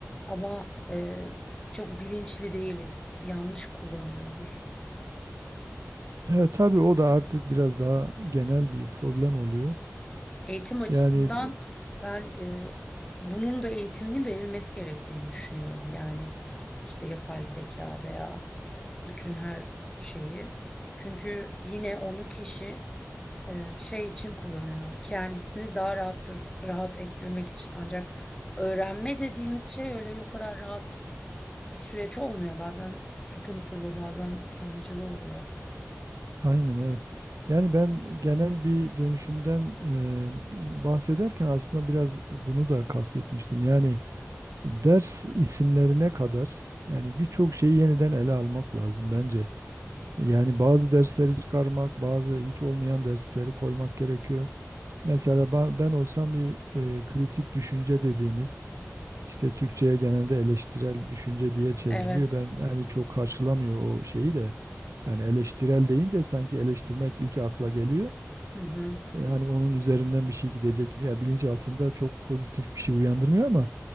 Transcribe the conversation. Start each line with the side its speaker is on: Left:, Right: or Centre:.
Left: ama e, çok bilinçli değiliz. Yanlış kullanıyoruz.
Right: Evet tabii o da artık biraz daha genel bir problem oluyor.
Left: Eğitim açısından
Right: Yani
Left: ben e, bunun da eğitiminin verilmesi gerektiğini düşünüyorum. Yani işte yapay zeka veya bütün her şeyi. Çünkü yine onu kişi e, şey için kullanıyor. Kendisini daha rahat rahat ettirmek için. Ancak öğrenme dediğimiz şey öyle o kadar rahat bir süreç olmuyor. Bazen sıkıntılı, bazen sancılı oluyor.
Right: Aynen evet. Yani ben genel bir dönüşümden e, bahsederken aslında biraz bunu da kastetmiştim. Yani ders isimlerine kadar yani birçok şeyi yeniden ele almak lazım bence. Yani bazı dersleri çıkarmak, bazı hiç olmayan dersleri koymak gerekiyor. Mesela ba- ben olsam bir e, kritik düşünce dediğimiz işte Türkçe'ye genelde eleştirel düşünce diye çevriliyor.
Left: Evet.
Right: Ben yani çok karşılamıyor o şeyi de. Yani eleştirel deyince sanki eleştirmek ilk akla geliyor.
Left: Hı hı.
Right: E, Hani onun üzerinden bir şey gidecek mi? Ya bilinç altında çok pozitif bir şey uyandırmıyor ama